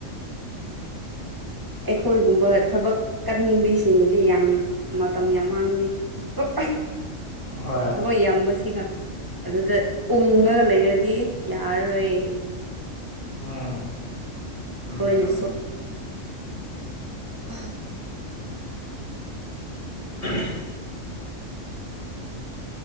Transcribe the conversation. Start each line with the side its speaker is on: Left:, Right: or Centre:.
Right: ꯑꯩꯈꯣꯏꯒꯨꯝꯕ ꯊꯕꯛ ꯀꯟꯕꯤꯁꯤꯡꯒꯤꯗꯤ ꯌꯥꯝ ꯃꯇꯝ ꯌꯥꯝ ꯃꯥꯡꯂꯤ <unintelligible>
Left: ꯍꯣꯏ
Right: ꯊꯕꯛ ꯌꯥꯝꯕꯁꯤꯒ ꯑꯗꯨꯗ ꯎꯪꯉꯒ ꯂꯩꯔꯗꯤ ꯌꯥꯔꯔꯣꯏ
Left: ꯎꯝ ꯎꯝ
Right: ꯂꯣꯏꯅ
Left: ꯆꯃꯦ
Right: ꯎ
Left: ꯎꯝ